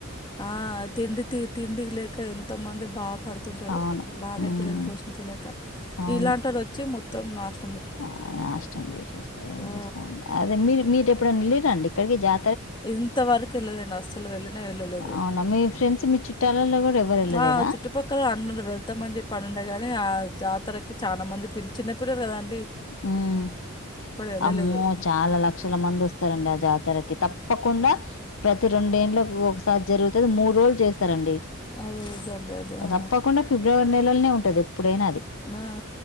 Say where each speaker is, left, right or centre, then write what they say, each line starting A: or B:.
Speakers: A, on the left; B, on the left.
A: ఆ తిండి తిండికి లేక ఎంతో మంది పా పడుతుంటారు
B: అవును
A: భార్య
B: ఉమ్
A: పిల్లలని పోషించలేక
B: అవును
A: ఇలాంటిళ్ళ వచ్చి మొత్తం నాశ
B: ఆ నాశనం చేసేస్తాది ఏం
A: ఆ
B: చేస్తామండి అదే మీరు మీరు ఎప్పుడైనా ఎల్లిర్రా అండి ఇక్కడికి జా
A: ఇంతవరకు వెళ్ళలేను అసలు వెళ్ళినా వెళ్ళలేదు
B: అవునా మీ ఫ్రెండ్స్ మీ చుట్టాలలో కూడా ఎవరు వెళ్ళలేదా
A: ఆ చుట్టుపక్కల అన్న వెళ్తామని చెప్పి అనిండ గాని ఆ జా తరకి చాలా మంది పిల్ చిన్న పిల్లలు కదన్
B: మ్మ్
A: వెళ్ళలేదు
B: అమ్మో చాలా లక్షల మంది వస్తారండి ఆ జాతరకి తప్ ప్పకుండా ప్రతి రెండేండ్లకి ఒకసారి జరుగుతుంది మూడు రోజులు చేస్తారండి
A: అదే రీజన్ అండి అదే ఆ
B: తప్పకుండా ఫిబ్రవరి నెలల్నే ఉంటది ఎప్పుడైనా అది
A: ఆ